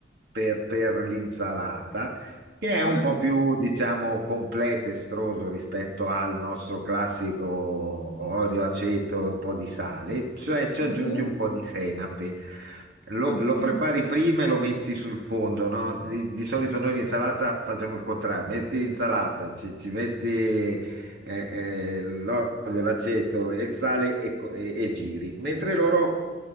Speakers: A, on the right; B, on the left.
A: per, per l'insalata, che
B: Mhm,
A: è un po' più, diciamo, completo, estroso rispetto al nostro classico olio, aceto e un po' di sale, cioè ci
B: mhm,
A: aggiungi un po' di senape. Lo,
B: mhm,
A: lo prepari prima e lo metti sul fondo, no? Di, di solito noi l'insalata facciamo il contrario, metti l'insalata, ci, ci metti eh, eh, l'olio, l'aceto e il sale e, co- e- e giri, mentre loro